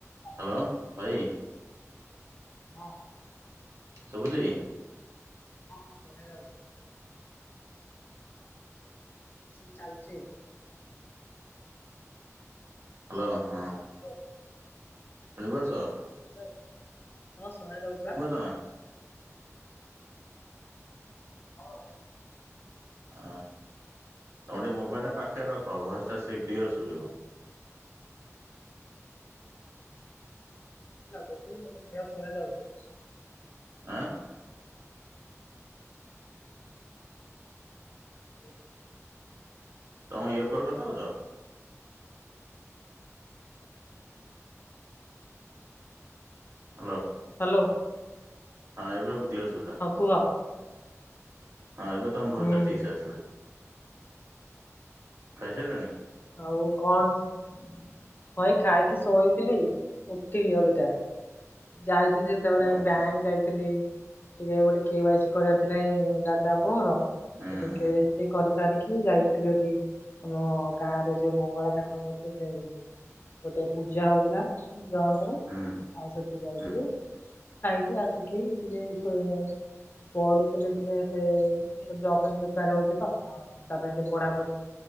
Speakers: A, on the left; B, on the right.
A: ହ୍ୟାଲୋ।
B: ହାଲୋ ଭାଇ।
A: ହଁ।
B: ଶୁଭୁଚି।
A: ହଁ ହଁ ଶୁଣା ଯାଉଛି। ପସନ୍ଦ ଚାଲିଚି।
B: ହାଲୋ ହଁ।
A: ହ୍ୟାଲୋ
B: ଶୁଣି ପାରୁଚ।
A: ହାଲୋ ହଁ ଶୁଣା ଯାଉଛି ପା।
B: ଅଁ ଆଁ।
A: ହଁ।
B: ହଁ ତୁମର ଟିକେ ମୋବାଇଲ୍ ଟା ପାଖରେ ରଖ ଭଏସ୍ ଟା ସିଏ କ୍ଲିଅର୍ ଶୁଭିବ।
A: <inaudible> ମୋତେ କ୍ଲିଅର ଶୁଣାଯାଉଛି।
B: ଆଁ
A: <inaudible>
B: ତମ ଇଅରର୍କଡ଼ କଥା ହଉଛ? ହାଲୋ।
A: ହାଲୋ।
B: ହଁ ଏବେ ଏ କ୍ଲିୟର୍ ଶୁଭିଲା।
A: କୁହ।
B: ହଁ ଏବେ ତମ ଭୟସ୍
A: ହୁଁ
B: ଟା ଠିକ ସେ ଆସିଲା। ଖାଇସାଇଲଣି?
A: ଆଉ କଣ ସ ହଁ, ଏଇ ଖାଇକି ଶୋଇଥିଲି ଉଠିଲି ଅବିକା ଯାଇ ଯେତେବେଳେ
B: ଓ
A: ବ୍ୟାଙ୍କ
B: ହଁ
A: ଯାଇଥିଲି ଟିକେ ଗୋଟେ କେୱାଇସି କରିବାର ଥିଲା ଏଇ ଦାଦା ପୁଅର। ସେଠୁ
B: ହୁଁ ହୁଁ
A: କେୱାଇସି କରିସାରିକି ଯାଇଥିଲି ଏଠିକି। ଆମ ଗାଁ ରେ ଯୋଉ ମଙ୍ଗଳା ଠାକୁରଙ୍କ ସେ ଗୋଟେ ପୂଜା ହଉଥିଲା। ଜଣଙ୍କର
B: ହୁଁ
A: ଆଉ ସେଠି ଯାଇଥିଲୁ।
B: ହୁଁ
A: ଖାଇକି ଆସିକି ଟିକେ ଏଇ ସୋ ପଢୁଥିଲେ ଟିକେ, ସେ ଜବ ପାଇଁ ପ୍ରିପେୟାର ହଉଛି ତ ଆଉ ତା ପାଇଁ ଟିକେ ପଢାପଢି।